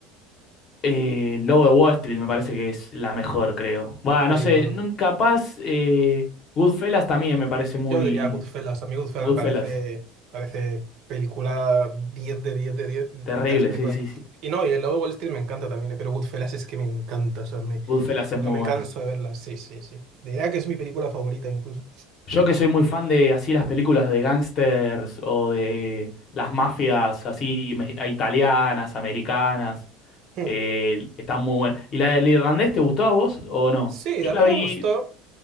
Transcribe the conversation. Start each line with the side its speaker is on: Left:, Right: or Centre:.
Left: eh, El Lobo de Wall Street me parece que es la mejor, creo. Va, no
Right: Película.
Left: sé, no- capaz eh, Goodfellas también me parece muy...
Right: Yo diría Goodfellas. A mí Goodfellas
Left: Goodfellas,
Right: me parece, parece película 10 de 10 de 10 de
Left: terrible,
Right: las películas.
Left: sí, sí, sí.
Right: Y no, y el lado de Wall Street me encanta también, eh, pero Goodfellas es que me encanta. O sea, me,
Left: Goodfellas
Right: no
Left: es muy
Right: me
Left: buena.
Right: canso de verla. Sí, sí, sí. Diría que es mi película favorita incluso.
Left: Yo que soy muy fan de así las películas de gangsters o de las mafias así me- italianas, americanas.
Right: Hmm.
Left: Eh, está muy buena. ¿Y la del irlandés te gustó a vos o no?
Right: Sí,
Left: Yo
Right: a
Left: la
Right: mí me
Left: vi
Right: gustó,